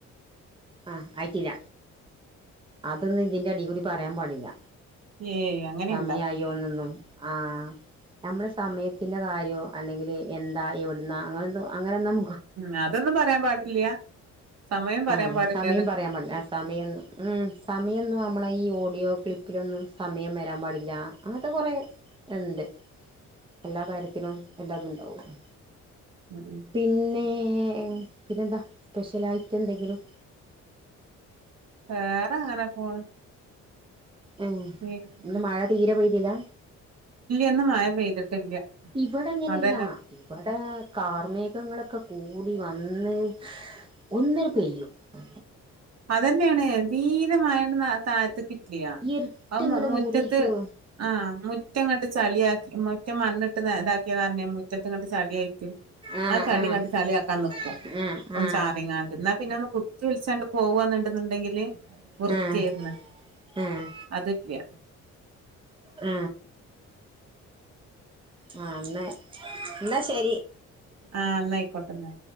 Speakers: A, on the right; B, on the right.
A: ആ ആയിട്ടില്ല അതന്നെ ഇതിന്റെ അടി കൂടി പറയാൻ പാടില്ല
B: ഏയ് അങ്ങനെയുണ്ടാ
A: സമയമായി <inaudible> ആ നമ്മള സമയത്തിന്റെറെ കാര്യോ അല്ലെങ്കിൽ എന്താ എവിടുന്ന അങ്ങനെന്തോ അങ്ങനൊന്നും
B: ഉം അതൊന്നും പറയാൻ പാടില്ല സമയം പറയാൻ
A: ആഹ്
B: പാടില്ല
A: സമയം പറയാൻ പാടില്ല സമയ സമയം നമ്മളെ ഈ ഓഡിയോ ക്ലിപ്പിലൊന്നും സമയം വരാൻ പാടില്ല അങ്ങനത്തെ കുറെേ ഇണ്ട് എല്ലാ കാര്യത്തിനും എല്ലാതും ഉണ്ടാവും ആ
B: ഉം
A: പിന്നെ എ പിന്നെന്താ സ്പെഷ്യലായിട്ട് <unintelligible> ന്തെങ്കിലും
B: വേറെ അങ്ങനെ പോണ്
A: മ്മ്
B: ഇല്ല
A: ഇന്ന് മഴ തീരെ പോയ്‌ ഇലാ
B: ഇന്ന് മഴ പെയ്തിട്ടില്ല
A: ഇവിടെങ്ങ
B: അതന്നെ
A: നല്ല ഇവടെ കാർമികങ് ക്കക്കെ കൂടി വന്ന് ഒന്നിന് പെയ്യും ആ
B: അതന്നയാണ് നീ ടെ മഴ ഉണ്ടെന്ന താഴത്ത് കിത് ലിയ
A: ഇരുട്ട്ങ്ങട്
B: അവ് മുറ്റത്ത്
A: മൂടിട്ടോ
B: ആ മുറ്റങ്ങട്ട് ചളിയാക്കി മുറ്റം മണ്ണിട്ട് ഇതാക്കി തർനെ മുറ്റത്ത്ങ്ങട്ട് ചാളിയായ് ത്ത്
A: ആഹ്
B: ആ ചളിങ്ങട്ട്
A: ആഹ്
B: ചളി ആക്കാ നിക്കും
A: ആഹ് ആഹ്
B: ചാറിങ്ങാണ്ട് എന്നാ പിന്നെഒന്ന് കുത്തി വിളിച്ചാണ്ട് വന്ന്ട്ന്നുണ്ടങ്കില്
A: ആഹ്
B: വൃത്തിയരുന്നു
A: ആഹ് ആഹ്
B: അതല്ല
A: ആ ആ എന്നാ എന്നാ
B: ആ ന്നായിക്കോട്ട